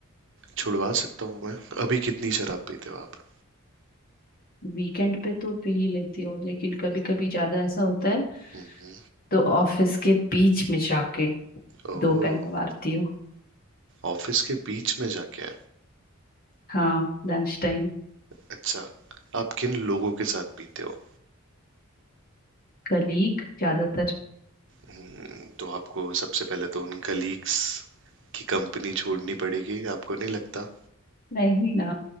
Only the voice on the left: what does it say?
वीकेंड पे तो पी ही लेती हूँ लेकिन कभी कभी ज्यादा ऐसा होता है
तो ऑफिस के बीच में जाके
दो पैंग मारती हूँ
हाँ लंच टाइम
कलीग ज्यादातर
नहीं ना